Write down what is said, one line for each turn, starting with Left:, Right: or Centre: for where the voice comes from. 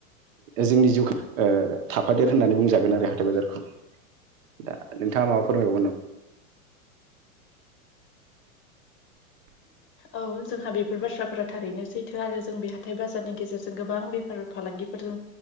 Right: जोंनि जिउखौ ओ थाफादेर होननानै बुंजागोन आरो हाथाय बाजारखौ। दा नोंथाङा माबा फोरायबावगोन नामा? <inaudible>
Left: औ जोंहा बेफोर बाथ्राफोरा थारैनो सैथो आरो जों बे हाथाय बाजारनि गेजेरजों गोबां बेफार फालांगिफोरजों